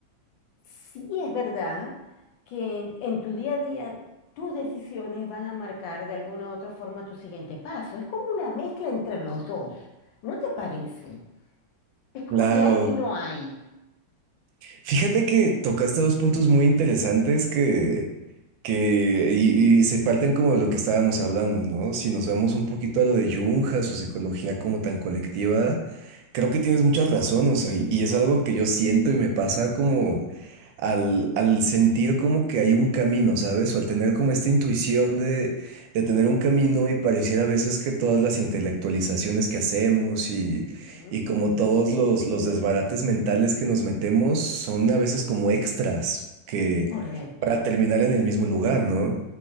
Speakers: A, on the left (about 80°); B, on the right (about 85°).
A: sí es verdad que en en tu día a día tus decisiones van a marcar de alguna u otra forma tu siguiente paso. Es como una mezcla entre los dos, ¿no te parece? Es como
B: claro,
A: que hay y no hay.
B: Fíjate que tocaste dos puntos muy interesantes que, que y, y se parten como de lo que estábamos hablando, ¿no? Si nos vemos un poquito a lo de Jung, a su psicología como tan colectiva, creo que tienes mucha razón, o sea, y, y es algo que yo siento y me pasa como al, al sentir como que hay un camino, ¿sabes? O al tener como esta intuición de, de tener un camino y pareciera a veces que todas las intelectualizaciones que hacemos
A: Ujú.
B: y como todos los, los desbarates mentales que nos metemos son a veces como extras que
A: Correcto,
B: para terminar en el mismo lugar, ¿no?